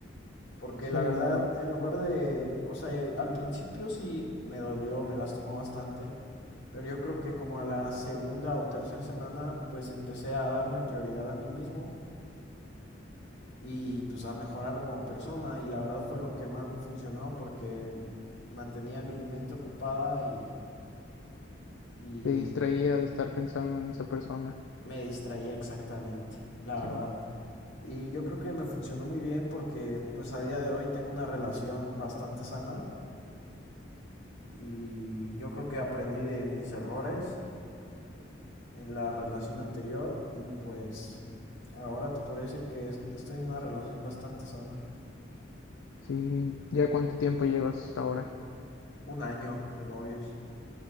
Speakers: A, on the left; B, on the left.
A: porque
B: Sí,
A: la verdad,
B: lo,
A: en lugar de, o sea, eh, al principio sí me dolió, me lastimó bastante, pero yo creo que como a la segunda o tercera semana, pues empecé a darme prioridad a mí mismo y pues a mejorar como persona y la verdad fue lo que más me funcionó porque mantenía mi mente ocupada y, y
B: te distraía de estar pensando en esa persona.
A: Me distraía exactamente, la
B: Sí.
A: verdad. Y yo creo que me funcionó muy bien porque pues a día de hoy tengo una relación bastante sana y yo creo que aprendí de mis errores en la relación anterior y pues ahora te podría decir que es- estoy en una relación bastante sana.
B: Sí, ¿ya cuánto tiempo llevas ahora?
A: Un año de novios.